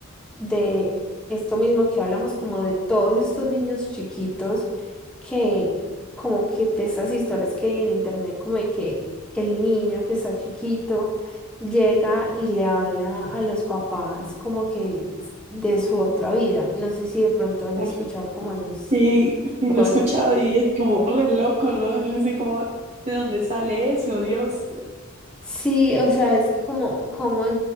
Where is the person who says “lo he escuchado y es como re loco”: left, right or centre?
Right